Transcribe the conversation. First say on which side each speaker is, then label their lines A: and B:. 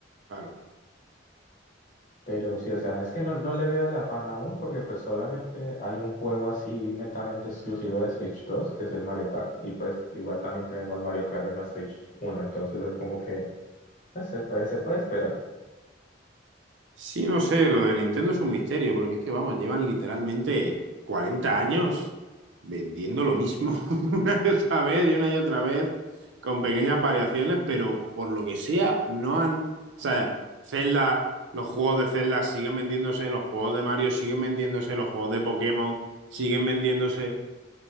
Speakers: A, on the right; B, on the left.
A: Claro.
B: Pero sí, o sea, es que no, no le veo el afán aún porque pues solamente hay un juego así netamente exclusivo de Switch dos que es el Mario Kart. Y pues igual también tenemos Mario Kart en la Switch uno entonces es como que pues, se puede, se puede esperar.
A: Sí, no sé, lo de Nintendo es un misterio, porque es que, vamos, llevan literalmente 40 años vendiendo lo mismo <laughs> una y otra vez y una y otra vez, con pequeñas variaciones, pero por lo que sea, no han... O sea, Zelda, los juegos de Zelda siguen vendiéndose, los juegos de Mario siguen vendiéndose, los juegos de Pokémon siguen vendiéndose,